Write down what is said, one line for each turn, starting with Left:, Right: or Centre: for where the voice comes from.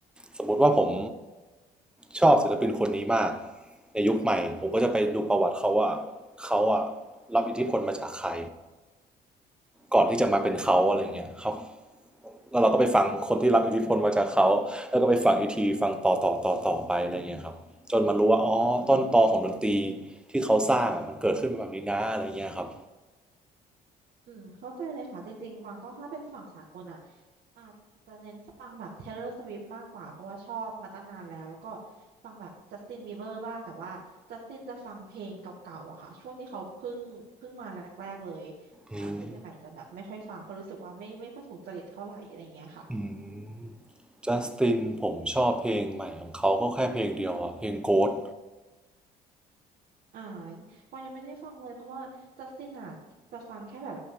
Centre: สมมติว่าผมชอบศิลปินคนนี้มากในยุคใหม่ผมก็จะไปดูประวัติเขาว่าเขาอะรับอิทธิพลมาจากใคร ก่อนที่จะมาเป็นเขาอะไรเงี้ยเขา
Right: อืม
Centre: แล้วเราก็ไปฟังคนที่รับอิทธิพลมาจากเขาแล้วก็ไปฟังอีกทีฟังต่อต่อต่อต่อไปอะไรเงี้ยครับจนมารู้ว่าอ๋อต้นตอของดนตรี
Right: อ๋อ
Centre: ที่เขาสร้างอะมันเกิดขึ้นมาแบบนี้นะอะไรเงี้ยครับ
Right: อืมเข้าใจเลยค่ะจริงๆกวางก็ถ้าเป็นฝั่งสากลอ่ะ อาจจะเน้นฟังแบบ Taylor Swift มากกว่าเพราะว่าชอบมาตั้งนานแล้วแล้วก็ฟังแบบ Justin Bieber บ้างแต่ว่า Justin จะฟังเพลงเก่าๆอะค่ะช่วงที่เขาเพิ่งเพิ่งมาแรกๆเลยแต่ว่าเพลงใหม่ๆจะแบบไม่ค่อยฟังเพราะรู้สึกว่าไม่ไม่ค่อยถูกจริตเท่าไหร่อะไรเงี้ยค่ะ
Centre: อืมอืมจัสตินผมชอบเพลงใหม่ของเขาก็แค่เพลงเดียวอะเพลง Ghost
Right: อ่าก็ยังไม่ได้ฟังเลยเพราะว่า Justin อะจะฟังแค่แบบ